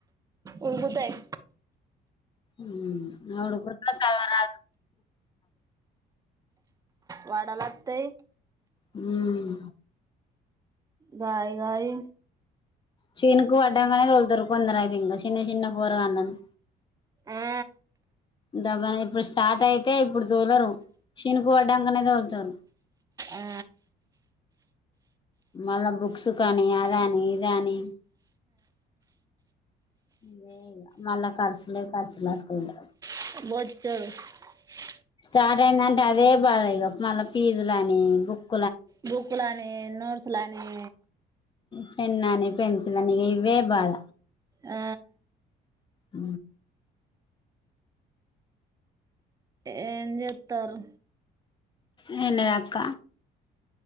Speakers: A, on the right; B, on the left.
A: ఉడుకుతయ్
B: ఊ ఆ ఉడుకుట్ల సదువరాదు
A: వడలత్తయ్
B: ఉమ్
A: గాయి గాయి
B: చినుకు వడ్డంకనే తోలుతరు కొందరైతే ఇంకా చిన్న చిన్న పోరగాండ్లను
A: ఆ
B: దబ్బనే చే ఇప్పుడు స్టార్ట్ అయితే ఇప్పుడు తోలరు చినుకు వడ్డంకనే తోలుతరు
A: ఆ
B: మళ్ళా బుక్స్ కానీ అదని ఇదని లే ఇగ మళ్ళ ఖర్సులే ఖర్సు లొత్తయిగా
A: <unintelligible>
B: స్టార్ట్ అయిందంటే అదే బాగా ఇగా మళ్ళీ ఫీజులుని బుక్
A: బుక్కులనే నోడ్స్ లని
B: పెన్నని పెన్సిల్ అని ఇగ ఇవే బాధ
A: ఆ
B: ఊ
A: ఏం చెత్తార్రు
B: నీన్న దక్క